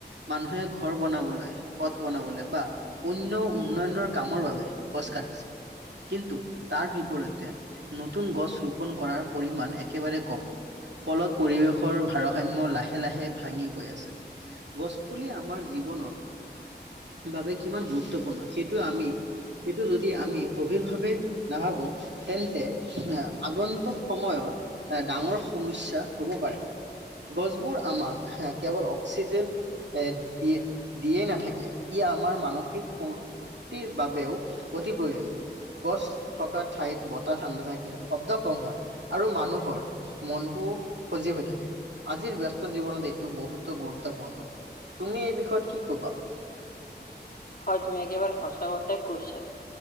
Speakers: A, on the right; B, on the left.
A: মানুহে ঘৰ বনাবলৈ পথ বনাবলৈ বা অন্য উন্নয়নৰ কামৰ বাবে গছ কাটিছে কিন্তু তাৰ বিপৰীতে নতুন গছ ৰোপন কৰাৰ পৰিমাণ একেবাৰে কম। ফলত পৰিৱেশৰ ভাৰসাম্য লাহে লাহে ভাঙি গৈ আছে। গছপুলি আমাৰ জীৱনত বাবে কিমান গুৰুত্বপূৰ্ণ সেইটো আমি। সেইটো যদি আমি গভীৰভাৱে, নাভাবোঁ তেন্তে এয়া আগন্তুক। সময়ত, এ ডাঙৰ সমস্যা হ'ব পাৰে। গছবোৰ আমাক হয় কেৱল অক্সিজেন। এ, দিয়ে দিয়েই নাথাকে, ই আমাৰ মানসিক শ-শক্তিৰ বাবেও। অতি প্ৰয়োজনীয় গছ থকা ঠাইত বতাহ ঠাণ্ডা থাকে শব্দ কম হয়। আৰু মানুহৰ মনটো সজীৱ হৈ থাকে। উম', আজিৰ ব্যস্ত জীৱনত এইটো বহুতো গুৰুত্বপূৰ্ণ, তুমি এই বিষয়ত কি কবা?
B: হয় তুমি একেবাৰে সঁচা কথাই কৈছা।